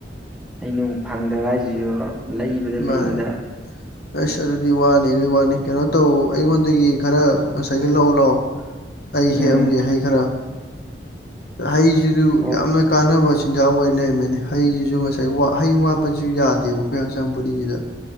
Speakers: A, in the centre; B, on the left (about 60°).
A: ꯍꯩꯅꯨꯡ ꯐꯪꯗꯕ ꯍꯥꯏꯁꯤꯁꯨ ꯂꯩꯕꯗ
B: ꯃꯥꯅꯦ
A: ꯂꯩꯕꯗ꯫
B: ꯑꯁ ꯑꯗꯨꯗꯤ ꯋꯥꯅꯤ ꯑꯗꯨꯗꯤ ꯋꯥꯅꯤ ꯀꯩꯅꯣ ꯇꯧ ꯑꯩꯉꯣꯟꯗꯒꯤ ꯈꯔ ꯉꯁꯥꯏꯒꯤ ꯂꯧ ꯂꯥꯛꯑꯣ꯫ ꯑꯩ
A: ꯎꯝ
B: ꯍꯦꯛꯑꯝꯒꯦ ꯍꯩ ꯈꯔ꯫ ꯍꯩꯁꯤꯁꯨ
A: ꯑꯣ
B: ꯌꯥꯝꯅ ꯀꯥꯟꯅꯕ ꯆꯤ ꯆꯤꯟꯖꯥꯛ ꯑꯣꯏ ꯂꯩꯔꯝꯃꯦꯅꯦ ꯍꯩꯁꯤꯁꯨ ꯉꯁꯥꯏ ꯋꯥ ꯍꯩ ꯋꯥꯠꯄꯁꯨ ꯌꯥꯗꯦꯕ ꯑꯩꯈꯣꯏ ꯍꯛꯆꯥꯡ ꯕꯣꯗꯥꯁꯤꯗ꯫